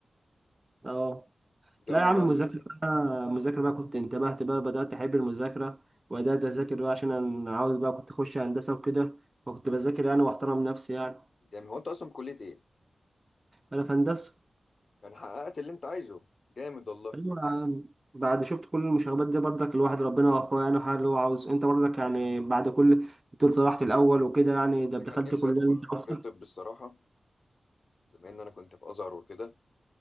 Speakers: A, on the right; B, on the left.
A: اه
B: جو
A: لا يا عم
B: بقى
A: المذاكرة
B: المذاكرة
A: بقى المذاكرة بقى كنت انتبهت بقى بدأت أحب المذاكرة وبدأت أذاكر بقى عشان أنا عاوز بقى كنت أخش هندسة وكده فكنت بذاكر يعني وأحترم نفسي يعني
B: جامد هو أنت أصلا في كلية إيه؟
A: أنا في هندسة
B: يعني حققت اللي أنت عايزه جامد والله
A: أيوة يا عم. بعد شفت كل المشاغبات دي برضك الواحد ربنا وفقه يعني وحقق اللي هو عاوزه انت برضك يعني بعد كل بتقول طلعت الاول وكده يعني ده
B: أنا
A: دخلت
B: كان نفسي
A: كليه
B: أدخل
A: اللي انت عاوزها
B: كلية طب الصراحة بما إن أنا كنت في أزهر وكده